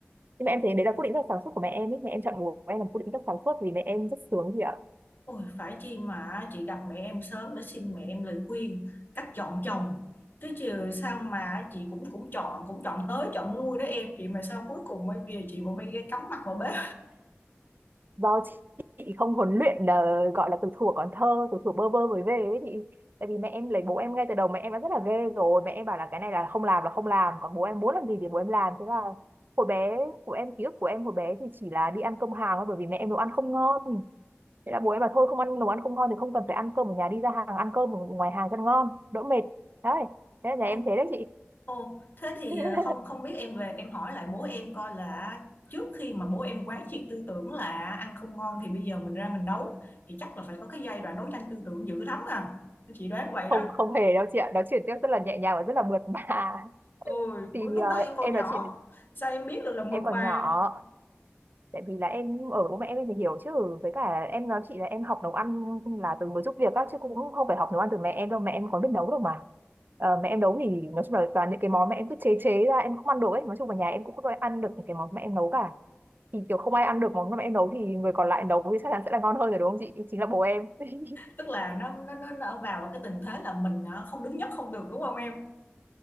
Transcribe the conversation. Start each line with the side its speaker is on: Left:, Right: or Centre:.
Right: nhưng mà em thấy đấy là quyết định rất là sáng suốt của mẹ em ấy mẹ em chọn bố em là một quyết định rất sáng suốt vì mẹ em rất sướng chị ạ
Left: Ôi, phải chi mà chị gặp mẹ em sớm để xin mẹ em lời khuyên cách chọn chồng chứ chứ sao mà chị cũng cũng chọn cũng chọn tới chọn lui đó em chị mà sao cuối cùng bây giờ chị vẫn phải ghé cắm mặt vào bếp
Right: do chị chị không huấn luyện ờ, gọi là từ thuở còn thơ từ thuở bơ vơ mới về ấy thì tại vì mẹ em lấy bố em ngay từ đầu mẹ em đã rất là ghê rồi mẹ em bảo là cái này là không làm là không làm còn bố em muốn làm gì thì bố em làm thế là hồi bé của em ký ức của em hồi bé thì chỉ là đi ăn cơm hàng thôi bởi vì mẹ em nấu ăn không ngon thế là bố em bảo thôi không ăn nấu ăn không ngon thì không cần phải ăn cơm ở nhà đi ra hàng ăn cơm ở ngoài hàng cho nó ngon đỡ mệt đấy thế là nhà
Left: ô,
Right: em thế đấy chị
Left: ô, thế thì
Right: <laughs>
Left: ờ, không không biết em về em hỏi lại bố em coi là trước khi mà bố em quán triệt tư tưởng là ăn không ngon thì bây giờ mình ra mình nấu thì chắc là phải có cái giai đoạn đấu tranh tư tưởng dữ lắm à chị đoán vậy
Right: không
Left: đó
Right: không hề đâu chị ạ nói chuyện tiếp rất là nhẹ nhàng và rất là mượt mà <laughs>
Left: ôi
Right: thì
Left: ủa, lúc
Right: ờ,
Left: đó em còn
Right: em
Left: nhỏ
Right: nói chuyện
Left: sao em biết được là mượt
Right: em còn
Left: mà
Right: nhỏ tại vì là em ở bố mẹ em thì hiểu chứ với cả em nói chị là em học nấu ăn là từ mới giúp việc á chứ cũng không phải học nấu ăn từ mẹ em đâu mẹ em còn biết nấu đâu mà Ờ, mẹ em nấu thì nói chung là toàn những cái món mẹ em cứ chế chế ra em không ăn được ấy nói chung là nhà em cũng không có ai ăn được những cái món mẹ em nấu cả thì kiểu không ai ăn được món mà em nấu thì người còn lại nấu thì chắc chắn sẽ là ngon hơn rồi đúng không chị chính là bố em <laughs>
Left: tức là nó nó nó, nó vào cái tình thế là mình à, không đứng nhất không được đúng không em